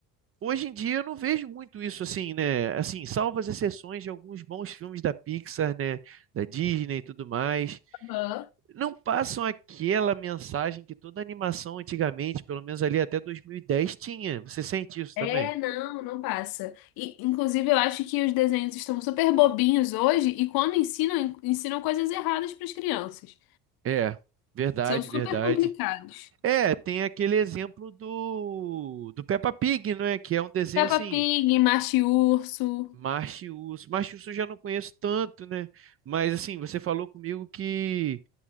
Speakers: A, on the right (about 30°); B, on the left (about 55°).
A: Hoje em dia eu não vejo muito isso assim, né? Assim, salvo as exceções de alguns bons filmes da Pixar, né? Da Disney e tudo mais,
B: Aham.
A: não passam aquela mensagem que toda animação antigamente, pelo menos ali até 2010, tinha. Você sente isso
B: É,
A: também?
B: não, não passa. E, inclusive, eu acho que os desenhos estão super bobinhos hoje e quando ensinam, en- ensinam coisas erradas para as crianças.
A: É, verdade,
B: São super
A: verdade.
B: complicados.
A: É, tem aquele exemplo do, do Peppa Pig, não é? Que é um desenho
B: Peppa
A: assim,
B: Pig, Macho e Urso.
A: Marte e Urso. Marte e Urso eu já não conheço tanto, né? Mas assim, você falou comigo que